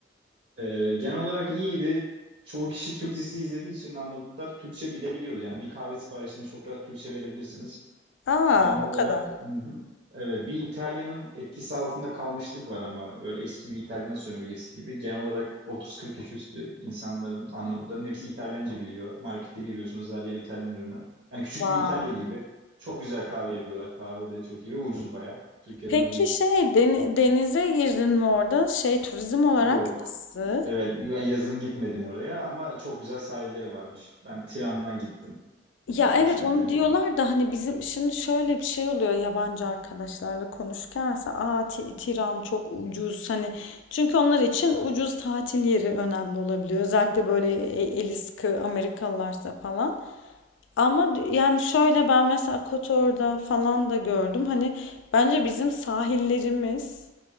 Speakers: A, on the right (about 65°); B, on the left (about 80°).
A: Ee, genel olarak iyiydi. Çoğu kişi Türk dizisi izlediği için Arnavutlar Türkçe bilebiliyordu. Yani bir kahve siparişini çok rahat Türkçe verebilirsiniz.
B: Aa,
A: Genel olarak
B: o kadar.
A: hı hı. evet bir İtalya'nın etkisi altında kalmışlık var ama böyle eski bir İtalyan sömürgesi gibi. Genel olarak 30-40 yaş üstü insanların, Arnavutların hepsi İtalyanca biliyor. Markete giriyorsunuz her yer İtalyan ürünü. Yani küçük
B: Vay.
A: bir İtalya gibi. Çok güzel kahve yapıyorlar. Kahveleri çok iyi ve ucuz baya. Türkiye'den
B: Peki
A: ucuz
B: şey deni- denize girdin mi orada? Şey turizm olarak
A: yok.
B: nasıl?
A: Evet ben yazın gitmedim oraya ama çok güzel sahilleri varmış. Ben Tiran'a gittim.
B: Ya
A: Başkentlerine
B: evet onu diyorlar
A: gittim.
B: da hani bizim şimdi şöyle bir şey oluyor yabancı arkadaşlarla konuşurken mesela aa Ti- Tiran çok ucuz hani çünkü onlar için ucuz tatil yeri önemli olabiliyor özellikle böyle e- eli sıkı Amerikalılarsa falan. Ama d- yani şöyle ben mesela Kotor'da falan da gördüm. Hani bence bizim sahillerimiz